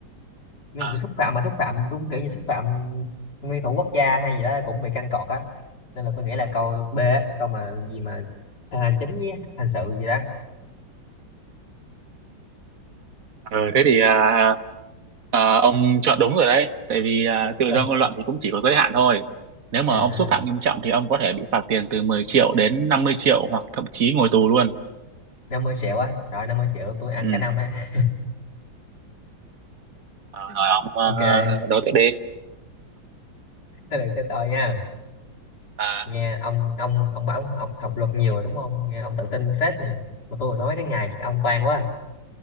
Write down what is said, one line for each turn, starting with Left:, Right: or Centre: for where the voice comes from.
Left: nên
Right: ờ.
Left: cứ xúc phạm mà xúc phạm đúng kiểu như xúc phạm nguyên thủ quốc gia hay gì đó cũng bị căng cọt á nên là tôi nghĩ là câu B á, câu mà gì mà à, hành chính với hành sự gì đó
Right: Ờ, thế thì à, à, ông chọn đúng rồi đấy tại vì à, tự
Left: à,
Right: do ngôn luận thì cũng chỉ có giới hạn thôi nếu mà
Left: à,
Right: ông xúc phạm nghiêm trọng thì ông có thể bị phạt tiền từ 10 triệu đến 50 triệu hoặc thậm chí ngồi tù luôn
Left: 50 triệu á rồi 50 triệu tôi ăn
Right: ừ.
Left: cả năm á
Right: Ờ, rồi
Left: <laughs>
Right: ông
Left: ok thế
Right: uh, đối tiếp đi
Left: được tới tôi nha
Right: à,
Left: nghe ông ông ông bảo ông học, học luật nhiều rồi đúng không nghe ông tự tin phết nhỉ mà tôi nói cái ngày chắc ông toan quá